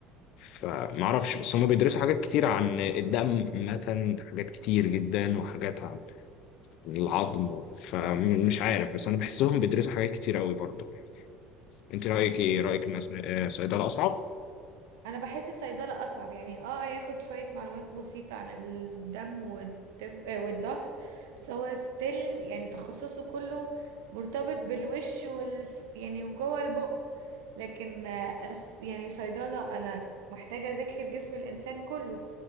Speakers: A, on the left; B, on the right.
A: فمعرفش بس هما بيدرسوا حاجات كتير عن الدم عامة حاجات كتير جدا وحاجات العظم فمش عارف بس انا بحسهم بيدرسوا حاجات كتير قوي برضو انت رايك
B: اوكي
A: ايه رايك ان أسن- آه، صيدله اصعب
B: انا بحس الصيدله اصعب يعني اه هياخد شويه معلومات بسيطه عن الدم والطب آه، والظهر بس هو ستيل يعني تخصصه كله مرتبط بالوش وال يعني وجوه البق لكن آه، أس يعني صيدله انا محتاجه اذاكر جسم الانسان كله